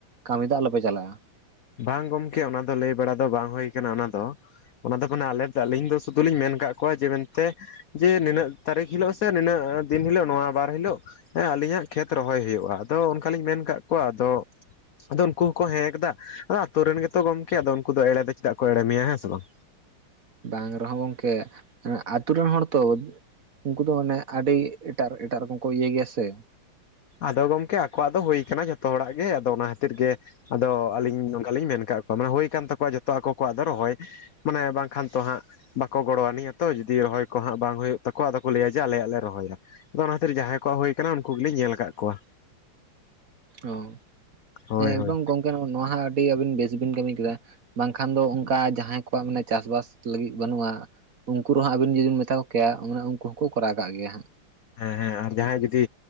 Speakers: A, on the right (about 50°); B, on the left (about 80°).
A: ᱠᱟᱹᱢᱤ ᱫᱚ ᱟᱞᱚᱯᱮ ᱪᱟᱞᱟᱜᱼᱟ᱾
B: ᱵᱟᱝ ᱜᱚᱢᱠᱮ ᱚᱱᱟ ᱫᱚ ᱞᱟᱹᱭ ᱵᱟᱲᱟ ᱫᱚ ᱵᱟᱝ ᱦᱩᱭ ᱠᱟᱱᱟ ᱚᱱᱟ ᱫᱚ᱾ ᱚᱱᱟ ᱫᱚ ᱠᱟᱱᱟ ᱟᱞᱮ ᱫᱚ ᱟᱹᱞᱤᱧ ᱫᱚ ᱥᱩᱫᱷᱩ ᱞᱤᱧ ᱢᱮᱱ ᱠᱟᱜ ᱠᱚᱣᱟ ᱡᱮ ᱢᱮᱱᱛᱮ ᱡᱮ ᱱᱤᱱᱟᱹᱜ ᱛᱟᱹᱨᱤᱠᱷ ᱦᱤᱞᱟᱹᱜ ᱥᱮ ᱱᱤᱱᱟᱹᱜ ᱫᱤᱱ ᱦᱤᱞᱟᱹᱜ ᱱᱚᱣᱟ ᱵᱟᱨ ᱦᱤᱞᱟᱹᱜ ᱮᱸ ᱟᱸᱞᱤᱧᱟᱜ ᱠᱷᱮᱛ ᱨᱚᱦᱚᱭ ᱦᱩᱭᱩᱜᱼᱟ, ᱟᱫᱚ ᱚᱱᱠᱟᱞᱤᱧ ᱢᱮᱱ ᱠᱟᱜ ᱠᱚᱣᱟ ᱟᱫᱚ ᱟᱫᱚ ᱩᱱᱠᱩ ᱦᱚᱸᱠᱚ ᱦᱮᱸᱭ ᱠᱟᱫᱟ, ᱟᱫᱚ ᱟᱛᱩ ᱨᱮᱱ ᱜᱮᱛᱚ ᱜᱚᱝᱠᱮ ᱟᱫᱚ ᱩᱝᱠᱩ ᱫᱚ ᱮᱲᱮ ᱫᱚ ᱪᱮᱫᱟᱜ ᱠᱚ ᱮᱲᱮ ᱢᱮᱭᱟ ᱦᱮᱸ ᱥᱮ ᱵᱟᱝ?
A: ᱵᱟᱝ ᱨᱮᱦᱚᱸ ᱜᱚᱝᱠᱮ ᱮᱸ ᱟᱹᱛᱩ ᱨᱮᱱ ᱦᱚᱲ ᱛᱚ ᱩᱝᱠᱩ ᱫᱚ ᱢᱟᱱᱮ ᱟᱹᱰᱤ ᱮᱴᱟᱜ ᱮᱴᱟᱜ ᱨᱚᱠᱚᱢ ᱠᱚ ᱤᱭᱟᱹ ᱜᱮᱭᱟ ᱥᱮ᱾
B: ᱟᱫᱚ ᱜᱚᱝᱠᱮ ᱟᱠᱚᱣᱟᱜ ᱫᱚ ᱦᱩᱭ ᱠᱟᱱᱟ ᱡᱷᱚᱛᱚ ᱦᱚᱲᱟᱜ ᱜᱮ ᱟᱫᱚ ᱚᱱᱟ ᱠᱷᱟᱹᱛᱤᱨ ᱜᱮ ᱟᱫᱚ ᱟᱹᱞᱤᱧ ᱱᱚᱝᱠᱟᱞᱤᱧ ᱢᱮᱱ ᱠᱟᱜ ᱠᱚᱣᱟ ᱢᱟ ᱦᱩᱭ ᱠᱟᱱ ᱛᱟᱠᱚᱣᱟ ᱡᱚᱛᱚ ᱟᱠᱚ ᱠᱚᱣᱟᱜ ᱫᱚ ᱨᱚᱦᱚᱭ᱾ ᱢᱟᱱᱮ ᱵᱟᱝᱠᱷᱟᱱ ᱛᱚ ᱦᱟᱸᱜ ᱵᱟᱠᱚ ᱜᱚᱲᱚ ᱟᱱᱤᱡ ᱟᱛᱚ ᱡᱩᱫᱤ ᱨᱚᱦᱚᱭ ᱠᱚ ᱦᱟᱸᱜ ᱵᱟᱝ ᱦᱩᱭᱩᱜ ᱛᱟᱠᱚᱣᱟ ᱟᱫᱚ ᱠᱚ ᱞᱟᱹᱭᱟ ᱡᱮ ᱟᱞᱮᱭᱟᱜ ᱞᱮ ᱨᱚᱦᱚᱭ ᱮᱫᱟ᱾ ᱟᱫᱚ ᱚᱱᱟ ᱠᱷᱟᱹᱛᱤᱨ ᱡᱟᱦᱟᱸᱭ ᱠᱚᱣᱟᱜ ᱦᱩᱭ ᱟᱠᱟᱱᱟ ᱩᱱᱠᱩ ᱜᱮᱞᱤᱧ ᱧᱮᱞ ᱠᱟᱫ ᱠᱚᱣᱟ᱾
A: ᱚ
B: ᱦᱳᱭ
A: ᱦᱮᱸ ᱮᱠᱫᱚᱢ
B: ᱦᱳᱭ
A: ᱜᱚᱝᱠᱮ ᱱᱚᱜ-ᱱᱚᱣᱟ ᱦᱚᱸ ᱟᱹᱰᱤ ᱟᱹᱵᱤᱱ ᱵᱮᱥ ᱵᱤᱱ ᱠᱟᱹᱢᱤ ᱠᱮᱫᱟ ᱵᱟᱝᱠᱷᱟᱱ ᱫᱚᱼᱼ ᱚᱱᱠᱟ ᱡᱟᱦᱟᱸᱭ ᱠᱚᱣᱟᱜ ᱢᱟᱱᱮ ᱪᱟᱥᱵᱟᱥ ᱞᱟᱹᱜᱤᱫ ᱵᱟᱹᱱᱩᱜ-ᱟᱼᱼ ᱩᱱᱠᱩ ᱨᱮᱦᱚᱸ ᱟᱵᱤᱱ ᱡᱩᱫᱤᱢ ᱢᱮᱛᱟ ᱠᱚ ᱠᱮᱭᱟ ᱢᱟᱱᱮ ᱩᱱᱠᱩ ᱦᱚᱸᱠᱚ ᱠᱚᱨᱟᱣ ᱠᱟᱜ ᱜᱮᱭᱟ ᱦᱟᱸᱜ᱾
B: ᱦᱮᱸ ᱦᱮᱸ ᱟᱨ ᱡᱟᱦᱟᱸᱭ ᱡᱩᱫᱤᱼᱼ